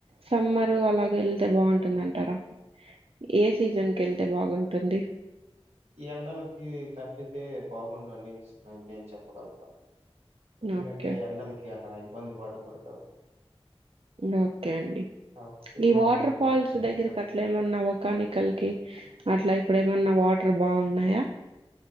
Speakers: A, on the right; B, on the right.
A: సమ్మర్ అలాగ వెళ్తే బాగుంటుంది అంటారా ఏ సీజన్ కి వెళ్తే బాగుంటుంది
B: ఈ ఎండలకి తప్పితే బాగుండ నేను సిద్ధమే నేను చెప్పను తాగుతా ఎందుకంటే
A: ఓకే
B: ఎండలకి అయిపోయింది పడో పద్దు
A: ఓకే అండి
B: కాబట్టి
A: ఈ
B: బాగుంటుంది
A: వాటర్ ఫాల్స్ దగ్గరికి
B: ఎండ
A: అట్లే ఏమన్నా కాని కల్కి అట్లా ఇప్పుడు ఏమన్నా వాటర్ బాగున్నాయా